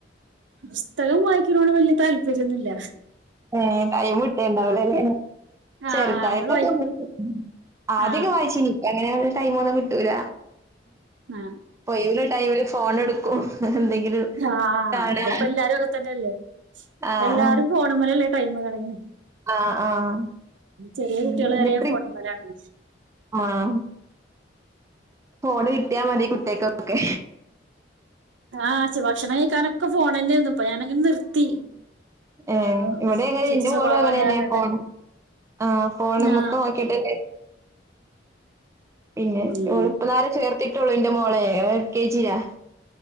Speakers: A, on the right (about 80°); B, on the right (about 15°).
A: പുസ്തകം വായിക്കുന്നോട് വല്യ താല്പര്യൊന്നുമില്ല.
B: ഏഹ് ടൈമ്ട്ടണ്ടാവ് ല്ലല്ലേ?
A: ആ
B: ചെറുതായിട്ടൊക്കെ
A: നിങ്ങൾ വായി
B: <unintelligible> ആദ്യൊക്കെ
A: ആ
B: വായിച്ചിനി അങ്ങനെയൊന്നും ടൈമ് ഒന്നും കിട്ടൂല
A: ആ
B: ഒഴിവുള്ള ടൈമില് ഫോൺ എടുക്കും എന്തെങ്കിലും
A: ആഹ്
B: കാണാ
A: അതിപ്പോ എല്ലാരും അതൊക്കെ തല്ലേ ഇപ്പൊ
B: ആഹ്
A: എല്ലാരും ഫോൺ മ്മേലല്ലേ ടൈമ് കളയണ്
B: ആഹ് ആഹ്
A: ചെറിയ
B: ഉം
A: കുട്ടികള്
B: എന്നിട്ട്
A: വരെ ഫോണ് മ്മേലാണ്
B: ആഹ് ഫോണ് കിട്ടിയാ മതി കുട്ടികക്കൊക്കെ
A: ആഹ് ഭക്ഷണം കഴിക്കാനൊക്കെ ഫോൺ തന്നെ ആയിരുന്നു ഞാൻ ഇപ്പൊ നിർത്തി
B: ആഹ്
A: ആ,
B: ഇവിടെ അങ്ങന
A: ചീത്ത
B: എന്റെ
A: സ്വഭാവമാണ്
B: മോളും അങ്ങനന്നെയ
A: കാരണട്ടെ
B: ഫോൺ ആഹ് ഫോണുമ്മേക്ക്
A: ആ
B: നോക് <unintelligible> പിന്നെ
A: ഉം
B: ഇപ്പളാരെ ചേർത്തിട്ടുള്ളു എന്റെ മോളെ എൽ കെ ജി ലാ